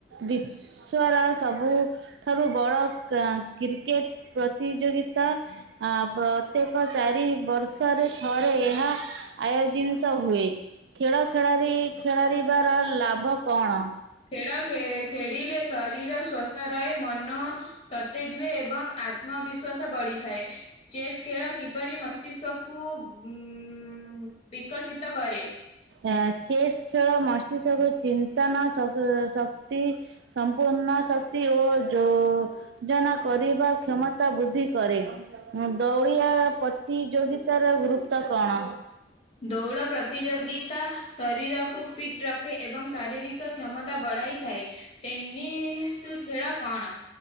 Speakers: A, on the right; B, on the left.
A: ବିଶ୍ୱର ସବୁ ଠାରୁ ବଡ କ କ୍ରିକେଟ ପ୍ରତିଯୋଗିତା ଆ ପ୍ରତ୍ୟେକ ଚାରି ବର୍ଷରେ ଥରେ ଏହା ଆୟୋଜିତ ହୁଏ। ଖେଳ ଖେଳ ଖେଳିବାର ଲାଭ କଣ?
B: ଖେଳ ଖେଳିଲେ ଶରୀର ସ୍ଵସ୍ଥ ରହେ ମନ ସତେଜ ହୁଏ ଏବଂ ଆତ୍ମବିଶ୍ଵାସ ବଢିଥାଏ। ଚେସ୍ ଖେଳ କିପରି ମସ୍ତିଷ୍କକୁ ଉ ବିକଶିତ କରେ।
A: ଆ ଚେସ୍ ଖେଳ ମସ୍ତିଷ୍କ କୁ ଚିନ୍ତନ ସବୁ ସ କ୍ତୀ ସମ୍ପୂର୍ଣ୍ଣ ଶକ୍ତି ଓ ଯଉ ଯଜନା କରିବା କ୍ଷମତା ବୃଦ୍ଧି କରେ। ଦଉଡିବା ପ୍ରତିଯୋଗିତାର ଗୁରୁତ୍ବ କଣ?
B: ଦୌଡ଼ ପ୍ରତିଯୋଗିତା ଶରୀରକୁ ଫିଟ୍ ରଖେ ଏବଂ ଶାରୀରିକ କ କ୍ଷମତା ବଢାଇଥାଏ। ଟେନିସ ଖେଳ କଣ?